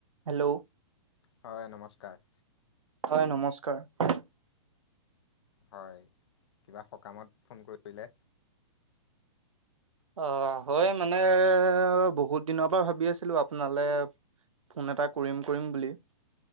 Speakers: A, on the right (about 85°); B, on the left (about 60°).
A: Hello!
B: হয়, নমস্কাৰ।
A: হয়, নমস্কাৰ।
B: হয়, কিবা সকামত ফোন কৰিছিলে?
A: অ', হয় মানে বহুত দিনৰ পৰা ভাবি আছিলো, আপোনালে ফোন এটা কৰিম, কৰিম বুলি,